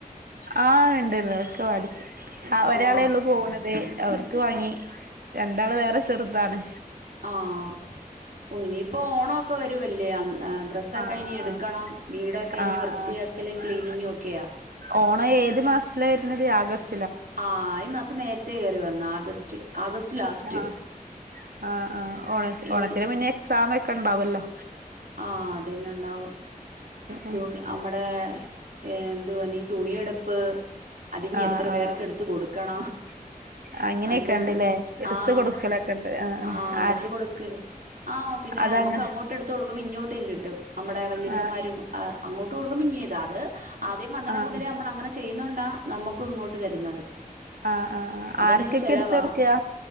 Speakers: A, on the right; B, on the right.
A: ആഹ് ഇണ്ടല്ലോ ഒക്കെ വാടിച്ചു ആ ഒരാളേള്ളൂ
B: ആഹ്
A: പോകണ്ണേത് അവർക്ക് വാങ്ങി രണ്ടാള് വേറെ ചെറുതാണ്
B: ആഹ ഓ ഇനിയിപ്പോ ഓണംക്കെ വരുവല്ലേഅന്ന് ഡ്രസ്സ്എക്കെഇനി
A: ആഹ്
B: എടുക്കണം വീടൊക്കെഇനി
A: ആഹ്
B: വൃത്തിയാക്കലും
A: ആഹ് ആഹ്
B: ക്ലീനിങ്ങും ഒക്കെയാ
A: ഓണം ഏത് മാസത്തില വരുന്നത് ആഗസ്റ്റ്
B: ആഹ ഈ മാസം നേരത്തെ കയറി വന്ന ആഗസ്റ്റ് ആഗസ്റ്റ് ലാസ്റ്റ്
A: ആഹ ആ ആ ഓണ
B: ഇനി
A: ഓണത്തിന് മു ന്നെഎക്സാംഇ ഒക്കെ ഉണ്ടാവുല്ലോ
B: ആഹ് അത്ന്നെ ഉണ്ടാവും
A: ഉം
B: തുണി നമ്മടെ ഏഹ് എന്തുവാ നി തുണിയെടുപ്പ് അതിനി
A: ആഹ്
B: എത്ര
A: ആഹ്
B: പേർക്ക് എടുത്ത് കൊടുക്കണ
A: <inaudible>
B: അതിനമുമ്പ്
A: ഉണ്ട്ല്ലേ എടുത്ത്
B: ആഹ്
A: കൊടുക്കലൊക്കെ ഉണ്ട്
B: ആഹ് അടുത്ത്
A: ആര്
B: കൊടുക്കല് ആഹ് പിന്നെ
A: അതങ്ങനെ
B: അപ്പ് നമ്മുക്ക് അങ്ങോട്ട് എടുത്ത് കൊടുക്കുമ്പോ ഇങ്ങോട്ടേും കിട്ടും നമ്മടെ വലിച്ചന്മാരും
A: ആഹ്
B: അ അങ്ങോട്ട് കൊടുക്കുമ്പോ ഇങ്ങ ഇതാ അത് ആദ്യം വന്നടം
A: ആഹ്
B: മുതലേ നമ്മള് അങ്ങനെ ചെയ്യുന്നോണ്ടാ നമുക്ക് ക്കു ഇങ്ങോട്ട് തരുന്നത്
A: ആഹ് ആഹ് ആഹ്
B: അതിനൊരു
A: ആർക്കൊക്കെ
B: ചെലവാ
A: എടുത്ത് കൊടുക്ക്കാ